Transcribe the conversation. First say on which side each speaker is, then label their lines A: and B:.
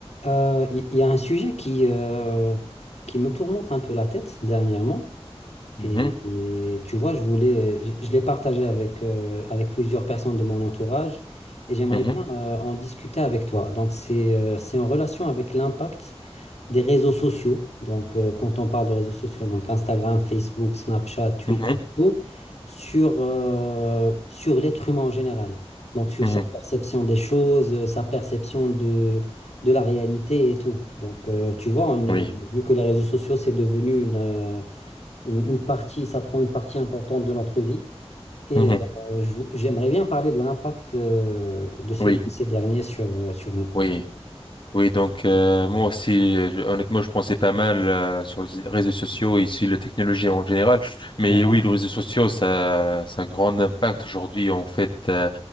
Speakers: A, on the left (about 80°); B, on the left (about 45°).
A: Euh, Il il y, a un sujet qui, euh, qui me tourmente un peu la tête dernièrement.
B: Mhm,
A: Et, et tu vois, je voulais, je, je l'ai partagé avec, euh, avec plusieurs personnes de mon entourage et j'aimerais
B: mhm,
A: bien euh, en discuter avec toi. Donc, c'est euh, c'est en relation avec l'impact des réseaux sociaux. Donc, euh, quand on parle de réseaux sociaux, donc Instagram, Facebook, Snapchat, Twitter,
B: mhm,
A: tout, sur, euh, sur l'être humain en général. Donc, sur
B: mhm.
A: sa perception des choses, euh, sa perception de, de la réalité et tout. Donc, euh, tu vois, on- euh,
B: Oui,
A: vu que les réseaux sociaux, c'est devenu une, euh, une, une partie, ça prend une partie importante de notre vie. Et
B: mhm,
A: euh, je vou- j'aimerais bien parler de l'impact euh, de, ce-
B: oui,
A: de ces derniers sur, euh, sur nous.
B: oui. Oui, donc euh, moi aussi, euh, je- honnêtement, je pensais pas mal euh, sur les réseaux sociaux, ici, la technologie en général. Mais
A: Ouais,
B: oui, les réseaux sociaux, ça, ça a un grand impact aujourd'hui. En fait, euh,